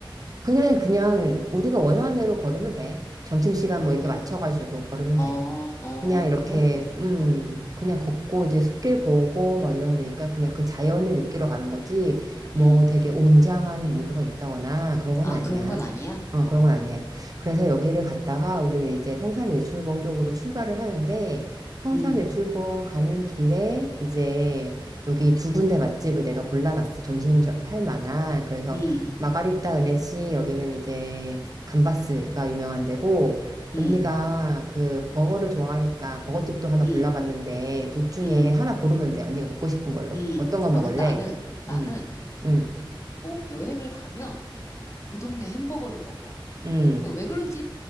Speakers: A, on the right; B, on the left.
A: 그냥, 그냥 우리가 원하는 대로 걸으면 돼. 점심시간
B: 아,
A: 뭐 이렇게 맞춰가지고 걸으면
B: 어,
A: 돼.
B: 어,
A: 그냥 이렇게,
B: 그래, 그래.
A: 음,
B: 어,
A: 그냥 걷고 이제 숲길 보고 막 이런 데니까 그냥 그 자연을 느끼러 가는 거지, 뭐
B: 음.
A: 되게 웅장한 뭔가가 있다거나 그런 건
B: 아,
A: 아니야.
B: 그런 건 아니야?
A: 어,
B: 어.
A: 그런 건 아니야. 그래서 여기를 갔다가 우리는 이제 성산 일출봉 쪽으로 출발을 하는데, 성산
B: 음,
A: 일출봉 가는 길에 이제 여기 두 군데 맛집을 내가 골라놨어. 점심 저- 할 만한. 그래서
B: 음,
A: 마가리타 은혜씨 여기는 이제 감바스가 유명한 데고,
B: 음,
A: 언니가 그 버거를 좋아하니까 버거집도 하나
B: 음,
A: 골라봤는데 둘 중에
B: 음,
A: 하나 고르면 돼. 언니가 먹고 싶은 걸로.
B: 음.
A: 어떤 거 먹을래?
B: 아, 근데 나는, 나는
A: 응, 응,
B: 꼭 여행을 가면 그 동네 햄버거를 먹어.
A: 응,
B: 그왜 그런지,